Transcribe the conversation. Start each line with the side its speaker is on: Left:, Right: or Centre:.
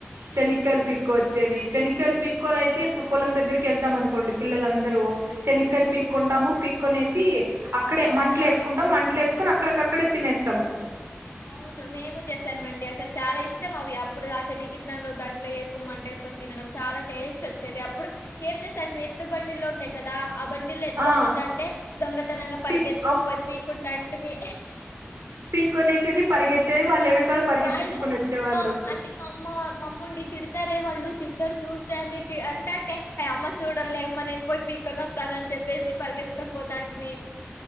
Right: చెనిక్కయలు పిక్కు వచ్చేది శనక్కయలు పిక్కో అయితే ఇప్పుడు పొలం దగ్గరికి వెళ్తాం అనుకోండి పిల్లలందరము చెనక్కాయలు పీక్కుంటాము పీక్ కొనేసి అక్కడే మంటలు
Left: అవును
Right: వేసుకుంటాం మంటలు వేసుకొని అక్కడికక్కడే తినేస్తాము
Left: అవును మేము చేస్తానమండి అసలు చాలా ఇష్టం అవి అప్పుడు ఆ శన్న కత్నలు దంట్లో వేసుకొ మంట వేసుకొని తినడం చాలా టేస్ట్ వచ్చేవి అప్పుడు ఏం చేస్తాడు ఎత్తు బండిల్లో ఉంటాయి కదా ఆ బండిలు ఎత్తుకొని
Right: ఆ
Left: పోతా అంటే దొంగతనంగా పరిగ
Right: పీక్
Left: ఎత్తుకొని పీకుంటా ఉంటిమి
Right: పీకొనేసేది పరిగెత్తేేది వాళ్ళు వెనకాల పరిగెత్తించుకొని
Left: వాళ్ళు
Right: వచ్చేవాళ్ళు
Left: మా అమ్మ- అంటే మా అమ్మ మా అమ్ముండి తిడతారే వాళ్ళు తిడతారు చూస్తే అని అంట అంటే అమ్మ చూడలే అమ్మ నేను పోయి పీక్కోని వస్తాను నని చెప్పేసి పరిగెత్తుకొని పోతాంటిమి